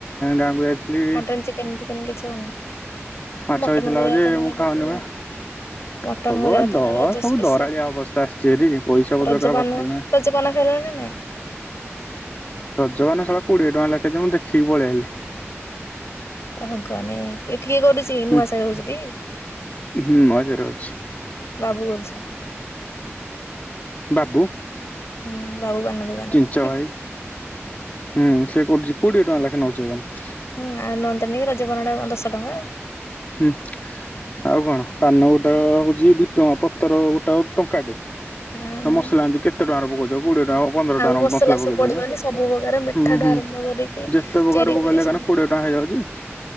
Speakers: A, on the left; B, on the left.
A: ଗାଁକୁ ଯାଇଥିଲି
B: ମଟନ୍ ଚିକେନ୍ କିଛି ହଉନି?
A: ମାଛ
B: ମଟନ୍
A: ହେଇଥିଲା
B: କରିବା
A: ଯେ,
B: କଥା ନେଇକି
A: ମୁଁ ଖାଉନି
B: ଯାଇକି
A: ବା।
B: ମଟନ୍
A: ସବୁବେଳେ
B: କରିବା କଥା
A: ଦଳ
B: ନା ରଜ
A: ସବୁ
B: ସ୍ପେଶାଲ।
A: ଦରାଳିଆ ଅବସ୍ଥା ଆସିଚି ହାରି, ପଇସା ପତର
B: ରଜପାନ
A: କାହା ପାଖରେ ନାହିଁ।
B: ରଜପାନ ଖାଇଲଣି ନା ନାଇଁ?
A: ରଜପାନ ଶଳା କୋଡିଏ ଟଙ୍କା ଲେଖା ଯେ, ମୁଁ ଦେଖିକି ପଳେଇ ଆଇଲି।
B: ହେ ଭଗବାନେ, କୋଇ କିଏ କରୁଛି, ନୂଆ
A: ହୁଁ
B: ସାର ହଉଛି ଟି?
A: ହୁଁ ମଝିରେ ଅଛି
B: ବାବୁ ବୋଲୁଛନ୍।
A: ବାବୁ
B: ହୁଁ। ବାବୁ ପାନ ଦୋକାନୀ।
A: ଚିଞ୍ଚ ଭାଇ ହୁଁ। ସେ କରୁଛି, କୋଡିଏ ଟଙ୍କା ଲେଖେଁ ନଉଛି <unintelligible>
B: ହୁଁ, ଆ ନଅନ୍ତାନି କି ରଜପାନଟା କଅଁ ଦଶ ଟଙ୍କା?
A: ହୁଁ, ଆଉ କଣ ପାନ ଗୋଟାକ
B: ହୁଁ।
A: ହଉଛି ଦି ଟଙ୍କା, ପତର ଗୋଟାକ ଟଙ୍କାଟେ ତ
B: ହୁଁ
A: ମସଲା ଏନ୍ତି କେତେ ଟଙ୍କାରେ ପକଉଛି- କୋଡିଏ ଟଙ୍କା ପନ୍ଦର
B: ଆଉ
A: ଟଙ୍କା ମସଲା ପକେଇ
B: ସବୁ ପଡ଼ିବନି
A: ଦଉଛ
B: ସବୁ ପ୍ରକାର ମିଠାଠୁ
A: ହୁଁ ହୁଁ
B: ଆରମ୍ଭ କରିକି
A: ଯେତେ ପକାର
B: ଚେରି
A: ପକେଇଲେ
B: ଫେରି ସବୁ
A: କାଁକ କୋଡିଏ ଟଙ୍କା ହେଇଯାଉଛି-